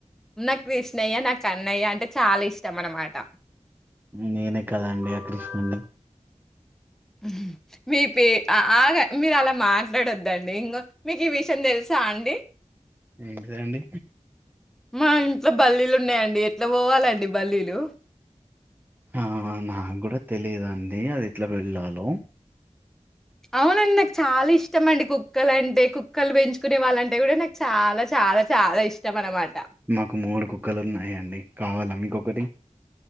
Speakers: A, in the centre; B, on the right.
A: నా కృష్ణయ్య నా కన్నయ్య అంటే చాలా ఇష్టము అనమాట
B: నేనే కదా అండి ఆ కృష్ణున్ని
A: హ్మ్ హు మీ పే ఆ ఆ ఆగా మీరు అలా మాట్లాడొద్దండి ఇంగ మీకి ఈ విషయం తెలుసా అండి.
B: ఏంటిదండి
A: మా ఇంట్లో బల్లీలు ఉన్నాయండి ఎట్లా పోవాలండి బల్లీలు.
B: ఆ నాకు కూడా తెలియదండి అది ఎట్లా వెళ్ళలో
A: అవునన్న చాలా ఇష్టం అండి కుక్కలు అంటే కుక్కలు పెంచుకునే వాళ్ళంటే కూడా నాకు చాలా చాలా చాలా ఇష్టం అనమాట
B: మాకు మూడు కుక్కలు ఉన్నాయండి కావాలా మీకొకటి